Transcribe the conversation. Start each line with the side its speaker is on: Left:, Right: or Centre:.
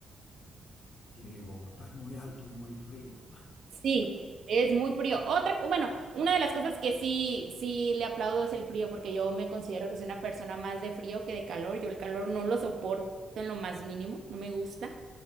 Left: Sí, Bogotá es muy alto y muy frío.
Right: Sí, es muy frío. Otra, co- bueno, una de las cosas que sí, sí le aplaudo es el frío, porque yo me considero que soy una persona más de frío que de calor. Yo el calor no lo soporto en lo más mínimo, no me gusta.